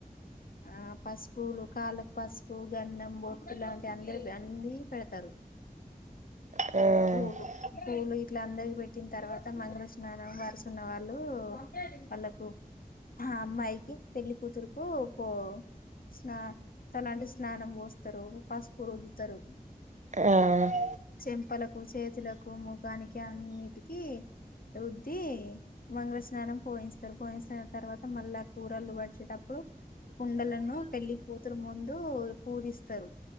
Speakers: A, on the left; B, on the right.
A: ఆ పస్ పూలు కాళ్ళకు పసుపు గంధం బొట్టు లాంటి అందరు అన్నీ పెడతారు
B: నీళ్ళు పట్టుకురావాలి
A: పూలు పూలు ఓ ఇట్లా అందరికి పెట్టిన తర్వాత మంగళ స్నానం వరుసున్నవా ళ్ళు వాళ్ళకు ఆ అమ్మాయికి పెళ్లి కూతురుకు పో స్నా తలంటి స్నానం పోస్తారు పసుపు రుద్దుతారు
B: అబ్బాయి
A: చెంపల ను చేతులకు ముఖానికి అన్నిటికి రుద్ది మంగళ స్నానం పోయించతరు పోయించిన తర్వాత మళ్ళా కూరలు వడిచేటప్పుడు కుండలను పెళ్లి కూతురు ముందు పూజిస్తరు